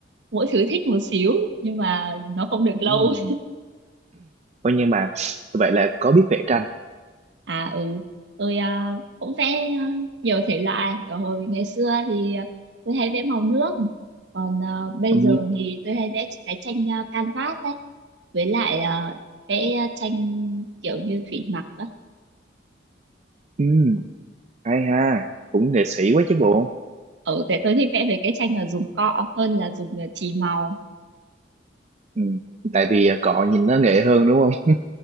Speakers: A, on the right (about 70°); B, on the right (about 40°).
A: mỗi thứ thích một xíu nhưng mà nó không được
B: Ừ.
A: lâu
B: Coi như mà vậy là có biết vẽ tranh
A: À ừ, tôi ờ, cũng vẽ ờ, nhiều thể loại. Kiểu hồi ngày xưa thì ờ, tôi hay vẽ màu nước, còn ờ, bây
B: ừ.
A: giờ thì tôi hay vẽ cái tranh ờ, canvas đấy, với lại ờ, vẽ à, tranh kiểu như thủy mặc á.
B: Ừ. hay ha cũng nghệ sĩ quá chứ bộ
A: Ừ, tại tôi thích vẽ về cái tranh là dùng cọ hơn là dùng ờ, chì màu.
B: ừ. tại vì à, cọ nhìn nó nghệ hơn đúng không